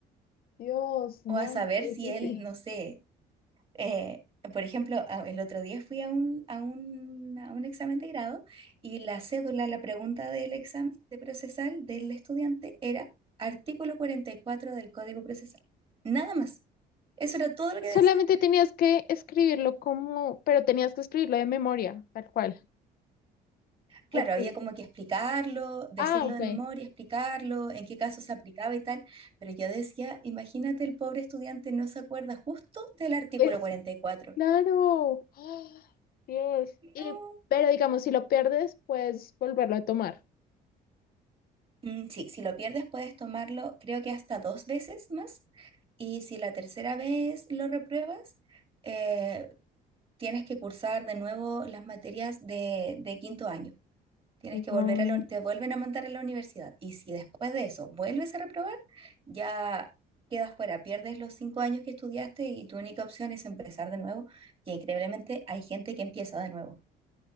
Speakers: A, on the left; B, on the right.
A: Dios,
B: o
A: no,
B: a saber
A: qué
B: si
A: difícil.
B: él, no sé Eh, por ejemplo, a- el otro día fui a un, a un, a un examen de grado y la cédula, la pregunta del examen de procesal del estudiante era artículo 44 del Código Procesal. Nada más. Eso era todo lo que
A: Solamente
B: decía.
A: tenías que escribirlo como, pero tenías que escribirlo de memoria, tal cual.
B: Claro,
A: Ok.
B: había como que explicarlo, decirlo
A: Ah, ok.
B: de memoria, explicarlo, en qué casos se aplicaba y tal, pero yo decía, imagínate, el pobre estudiante no se acuerda justo del artículo
A: Es,
B: 44.
A: claro. ¡Ah! Dios.
B: No,
A: Y, pero digamos, si lo pierdes, puedes volverlo a tomar.
B: Mm, Sí, si lo pierdes puedes tomarlo creo que hasta dos veces más y si la tercera vez lo repruebas, eh, tienes que cursar de nuevo las materias de, de quinto año. Tienes
A: Wow.
B: que volver a la, uni- te vuelven a mandar a la universidad y si después de eso vuelves a reprobar, ya quedas fuera, pierdes los cinco años que estudiaste y tu única opción es empezar de nuevo, que increíblemente hay gente que empieza de nuevo.